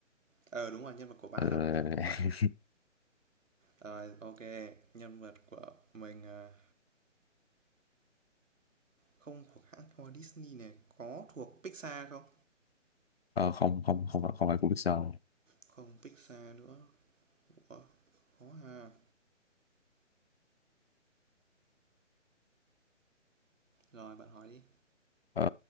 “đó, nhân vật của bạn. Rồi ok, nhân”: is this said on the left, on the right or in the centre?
Right